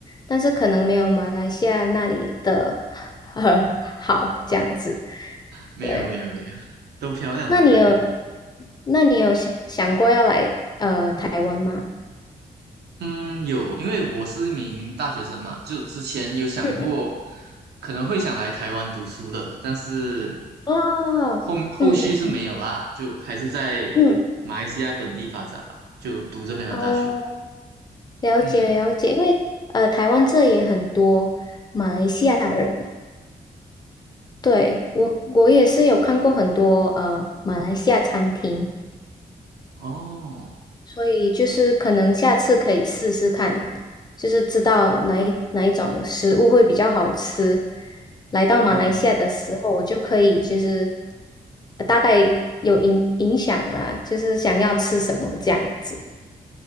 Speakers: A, on the left (about 25°); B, on the right (about 80°).
A: 但是可能没有马来西亚那里的 <laughs> 很好这样子。
B: 没有没有没有，
A: 对，
B: 都漂亮都漂亮。
A: 那你有，那你有想想过要来呃台湾吗？
B: 嗯，有，因为我是一名大学生嘛，就之前有想过
A: 嗯嗯，
B: 可能会想来台湾读书的，但是
A: 哦，
B: 后后续是没有啦，
A: 嗯嗯
B: 就还是在
A: 嗯，
B: 马来西亚本地发展吧，就读这边的大学。
A: 哦，了解了解，
B: 嗯，
A: 因为呃台湾这也很多马来西亚人。对，我我也是有看过很多呃马来西亚餐厅，
B: 哦，
A: 所以就是可能下次可以试试看，就是知道哪一哪一种食物会比较好吃。来到马来西亚的时候，
B: 嗯，
A: 我就可以就是呃大概有影影响啦，就是想要吃什么这样子。